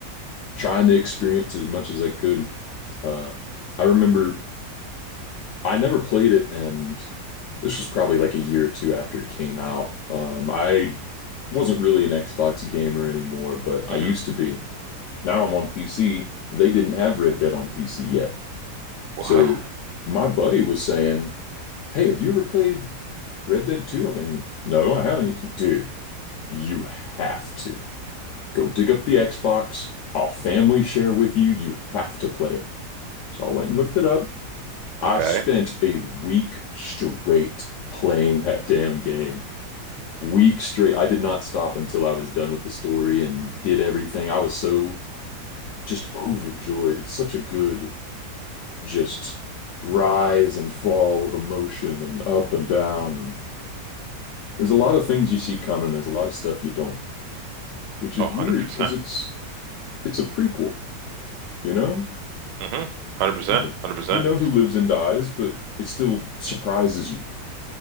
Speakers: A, on the left; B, on the right.
A: trying to experience as much as I could. Uh I remember I never played it and this was probably like a year or two after it came out. Um I wasn't really an Xbox gamer anymore, but
B: hmm
A: I used to be. Now I'm on PC. They didn't have Red Dead on PC yet.
B: What?
A: So my buddy was saying, "Hey, have you ever played Red Dead Two?" I'm like, "No, I haven't." He's, Dude, you have to. Go dig up the Xbox. I'll family share with you. You have to play it. So I went and hooked it up.
B: Okay.
A: I spent a week straight playing that damn game. Week straight. I did not stop until I was done with the story and did everything. I was so just overjoyed. It's such a good just rise and fall of emotion and up and down and there's a lot of things you see coming. There's a lot of stuff you don't, which is
B: Oh, 100%.
A: weird because it's it's a prequel, you know?
B: Mm-hmm. 100%.
A: You know,
B: 100%.
A: you know who lives and dies, but it still surprises you,